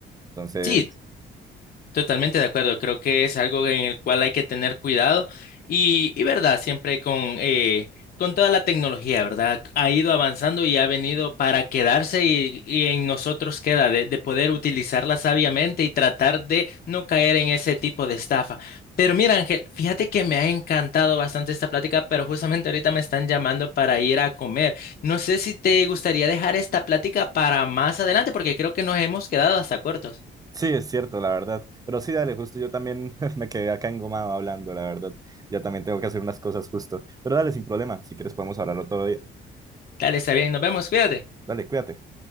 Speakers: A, on the right (about 20°); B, on the left (about 50°).
A: Entonces...
B: Sí, Totalmente de acuerdo, creo que es algo en el cual hay que tener cuidado y, y verdad, siempre con, eh, con toda la tecnología, ¿verdad? Ha ido avanzando y ha venido para quedarse y, y en nosotros queda de, de poder utilizarla sabiamente y tratar de no caer en ese tipo de estafa. Pero mira, Ángel, fíjate que me ha encantado bastante esta plática, pero justamente ahorita me están llamando para ir a comer. No sé si te gustaría dejar esta plática para más adelante, porque creo que nos hemos quedado hasta cortos.
A: Sí, es cierto, la verdad. Pero sí, dale, justo yo también <laughs> me quedé acá engomado hablando, la verdad. Ya también tengo que hacer unas cosas justo. Pero dale, sin problema. Si quieres podemos hablarlo otro día.
B: Dale, está bien, nos vemos, cuídate.
A: Dale, cuídate.